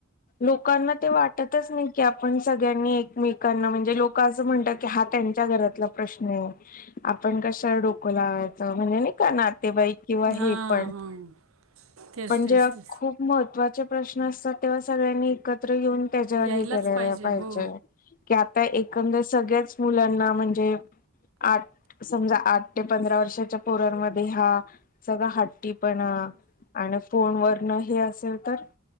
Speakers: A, on the left; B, on the right.
A: लोकांना ते वाटतच नाहीय की आपण सगळ्यांनी एकमेकांना म्हणजे लोक असं म्हणतात की हा त्यांच्या घरातला प्रश्न आहे आपण कशा डोक‌ लावायचं म्हणजे का ना ते बाईक किंवा
B: हां
A: हे पण
B: हां तेच
A: पण
B: तेच
A: जेव्हा
B: तेच
A: खूप महत्त्वाचे प्रश्न असतात तेव्हा ह सगळ्यांनी एकत्र ते येऊन करणारा
B: यायलाच
A: पाहिजे
B: हो
A: की आप हया एकंदर सगळ्याच मुलांना म्हणजे आठ समजा आठ ते पंधरा वर्षाच्या पोरमध्ये हा सगळा हट्टी पण आणि फोनवरून हे असेल तर